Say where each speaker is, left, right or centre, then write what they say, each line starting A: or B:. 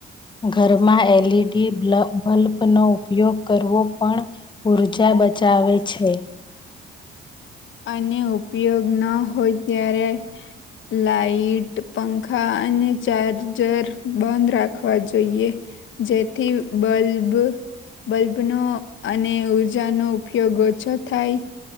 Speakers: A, on the left (about 25°); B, on the left (about 75°).
A: ઘરમાં એલઈડી બ્લ બલ્બ ઉપયોગ કરવો પણ ઉર્જા બચાવે છે.
B: અને ઉપયોગ ન હોય ત્યારે લાાઈટ પંખા અને ચાર્જર બંધ રાખવા જોઈએ. જેથી બલ્બ. બલ્બનો અને ઉર્જાનો ઉપયોગ ઓછો થાય.